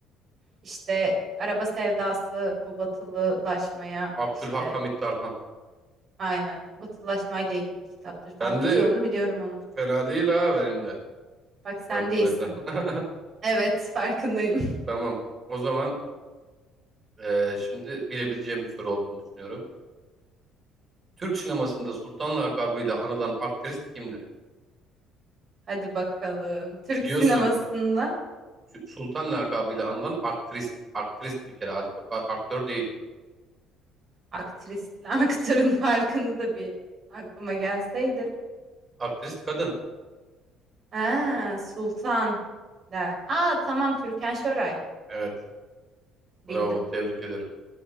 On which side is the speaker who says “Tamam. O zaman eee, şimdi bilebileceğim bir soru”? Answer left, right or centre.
Right